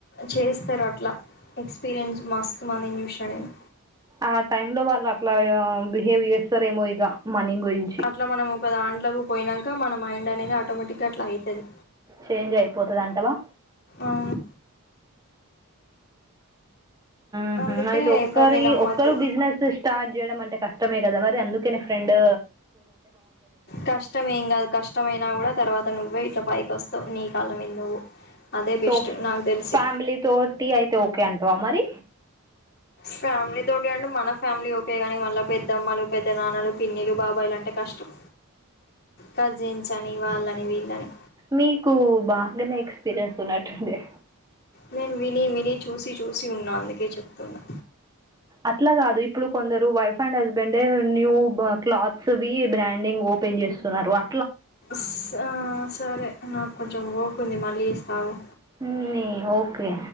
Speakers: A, on the left; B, on the right.
A: చేస్తారు అట్లా ఎక్స్పీరియన్స్ మస్తు మందిని చూసిన నేను
B: ఆ టైమ్ లో వాళ్ళు అట్లా గా బిహేవయర్ స్తరే మొయిగా మనీం గుయించిి
A: అట్లా మనం ఒక దాంట్లోకి పోయినాక మన మైండ్ అనేది ఆటోమేటిక్గా అట్లా అయితది
B: చేంజ్ అయిపోతుది అంటవా
A: అవును
B: ఉహు
A: అందుకే
B: అయితే ఒక్కరి
A: ఎవరిని నమ్మద్దు
B: ఒక్కరు బిజినెస్ స్టార్ట్ చేయడం అంటే కష్టమే కదా మరి అందు కెనే ఫ్రెండు
A: కష్టం ఏం కాదు కష్టం అయినా కూడా తర్వాత నువ్వే ఇట్లా పైకి వస్తావు నీ కాళ్ళ మీద నువ్వు అదే
B: సో
A: బెస్ట్ నాకు తెలిసి
B: ఫ్యామిలీ తోటీ అయితే ఓకే అంటవా మరి
A: ఫ్యామిలీ తోటి అంటే మన ఫ్యామిలీ ఓకే కాని మళ్ళీ పెద్దమ్మలు పెద్ద నాన్నలు పిన్నిలు బాబాయిలు అంటే కష్టం కజిన్స్ అని వాళ్ళని వీళ్ళని
B: మీకు బాగానే ఎక్స్పీరియన్స్ ఉన్నట్టుందే
A: నేను విని విని చూసి చూసి ఉన్నా అందుకే చెప్తున్నా
B: అట్లా కాదు ఇప్పుడు కొందరు వైఫ్ అండ్ హస్బెండ్ డే న్యూ బా క్లాత్స్వి బ్రాండింగ్ ఒప్పో ఓపెన్ చేస్తున్నారు ఆ
A: స ఆ సరే నాకు కొంచెం ఓర్క్ ఉంది మళ్ళీస్తా ఆగు
B: ఉ నీ ఓకే